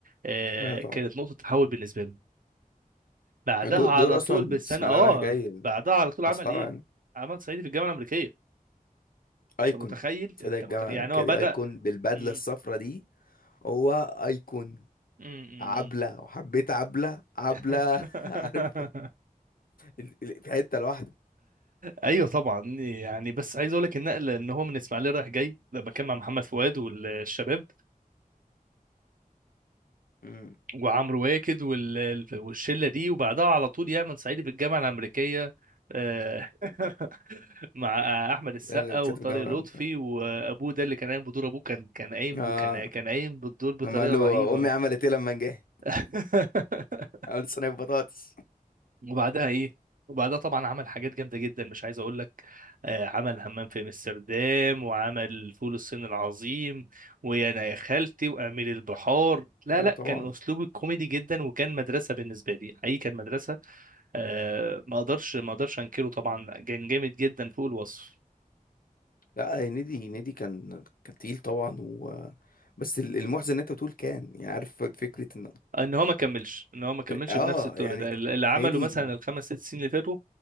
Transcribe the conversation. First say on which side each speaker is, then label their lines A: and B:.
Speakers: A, on the right; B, on the left.
A: آه
B: أيوة طبعا
A: كانت نقطه تحول بالنسبه له بعدها
B: دول,
A: على
B: دول أصلا
A: طول بالسنه
B: بسم
A: اه
B: الله رايح جاي
A: بعدها على طول
B: مسخرة
A: عمل ايه؟
B: يعني
A: عمل صعيدي في الجامعه الامريكيه
B: أيكون
A: انت متخيل
B: سيدة
A: انت
B: الجامعة
A: متخيل
B: الأمريكية
A: يعني هو بدأ
B: دي أيكون بالبدلة
A: م-
B: الصفرا دي هو أيكون
A: م- م-
B: عبلة
A: م.
B: وحبيت عبلة عبلة
A: <laughs>
B: <laughs> عارف ال- ال- في حتة لوحده
A: ايوه طبعا يعني بس عايز اقول لك النقل ان هو من الاسماعيليه رايح جاي لما كان مع محمد فؤاد والشباب
B: مم.
A: وعمرو واكد وال- والشله دي وبعدها على طول يعمل صعيدي في الجامعه الامريكيه آه، <laughs> مع احمد السقا
B: لا لا كانت
A: وطارق
B: في الجامعة الأمريكية.
A: لطفي وابوه ده اللي كان قايم بدور ابوه كان كان قايم
B: آه
A: ب- كان كان قايم بالدور بطريقه
B: لما قال له
A: رهيبه
B: امي عملت ايه لما نجحت
A: <laughs>
B: <laughs> عملت صينيه بطاطس
A: وبعدها ايه وبعدها طبعا عمل حاجات جامده جدا مش عايز اقول لك آه عمل همام في امستردام وعمل فول الصين العظيم ويا انا يا خالتي وامير البحار لا
B: ايوه
A: لا
B: طبعا
A: كان اسلوبه كوميدي جدا وكان مدرسه بالنسبه لي حقيقي كان مدرسه آه ما اقدرش ما اقدرش انكره طبعا كان جامد جدا فوق الوصف
B: لا هنيدي هنيدي كان كان تقيل طبعا و... بس ال- المحزن ان انت بتقول كان يعني عارف فكره انه
A: آه، ان هو ما كملش ان هو ما كملش
B: اه
A: بنفس التقل
B: يعني
A: ده اللي عمله
B: هنيدي
A: مثلا الخمس ست سنين اللي فاتوا